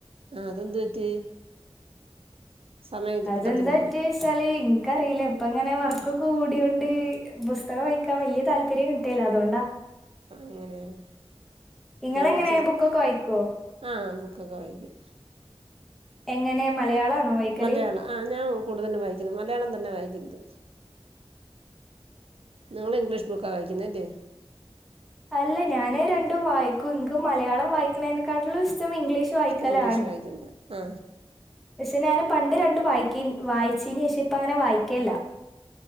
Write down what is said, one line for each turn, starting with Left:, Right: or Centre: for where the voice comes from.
Right: ആഹ് അതെന്ത് പറ്റി സമയം
Centre: അതെന്താറ്റ്സാല്
Right: കിട്ടത്തില്ലേ
Centre: നിങ്ക്ക്കറീല്ല അപ്പ ഇങ്ങന വർക് കൂടിഉണ്ട് ബുസ്തകവായിക്കാൻ വല്യ താല്പര്യം കിട്ടേല അതോണ്ടാ
Right: അങ്ങനെയ <unintelligible>
Centre: ഇങ്ങളെങ്ങനെ
Right: ഞാൻ വിചാരിച്ച്
Centre: ബുക്കൊക്കെ വായിക്കോ
Right: ആ ബുക്കൊക്കെ വായിക്കും
Centre: എങ്ങനെ മലയാളാണോ വായിക്കല്
Right: മലയാളം ആ ഞാൻകൂടുതലും വായിക്കുന്ന മലയാളം തന്നെ വായിക്കുന്നത് നിങ്ങള് ഇംഗ്ലീഷ് ബുക്കാ വായിക്കുന്നേല്ലേ
Centre: അല്ല ഞാന് രണ്ടും വായിക്കും നിക്കും മലയാളം വായിക്കുന്നതിനെക്കാട്ടിലും ഇഷ്ടം ഇംഗ്ലീഷ് വായിക്കലാണ്
Right: ഇഷ്ടം ഇംഗ്ലീഷ് വായ്ക്കുന്നത് ആ
Centre: പക്ഷെ ഞാന് പണ്ട് രണ്ട് വായിക്കിൻ വായിച്ചീനേശം ഇപ്പ അങ്ങനെ വായിക്കല്ല